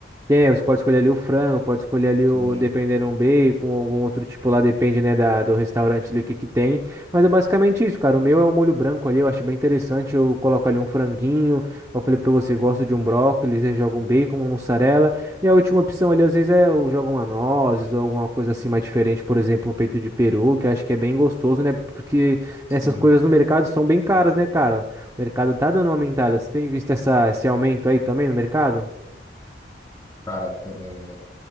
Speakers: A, on the right; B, on the left.
A: Tem, você pode escolher ali o frango, pode escolher ali o,
B: Entendi.
A: dependendo, um bacon, algum outro tipo lá, depende, né, da, do restaurante ali o que que tem. Mas é basicamente isso, cara. O meu é um molho branco ali, eu acho bem interessante. Eu coloco ali um franguinho, como eu falei pra você, gosto de um brócolis, eu jogo um bacon, uma mussarela. E a última opção ali, às vezes, é eu jogo uma nozes ou alguma coisa assim mais diferente, por exemplo, um peito de peru, que eu acho que é bem gostoso, né? Porque
B: Sim.
A: essas coisas no mercado são bem caras, né, cara? O mercado tá dando uma aumentada. Você tem visto essa, esse aumento aí também no mercado?
B: Cara, é,